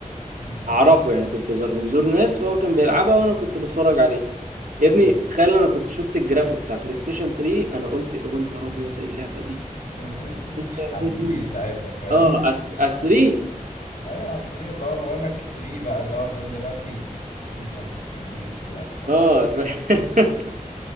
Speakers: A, on the left (about 80°); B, on the right (about 70°).
A: مم.
B: اعرفه يعني كنت ز- بنزور ناس فهو كان بيلعبها وانا كنت بتفرج عليه يا ابني
A: مم.
B: تخيل انا كنت شفت الجرافيكس على البلاي ستيشن 3 انا قلت إيه، يا نهار ابيض ايه اللعبه دي
A: <laughs>
B: ايه اللعبه
A: على 3
B: دي
A: ساعتها فاهم؟
B: اه أس... أس 3
A: أيوة على 3 اللي هو بقول لك 3 بقى اللي هو فاهم دلوقتي 3 ده يعني إيه 3 أصلا
B: اه
A: يعني؟
B: ف... <laughs>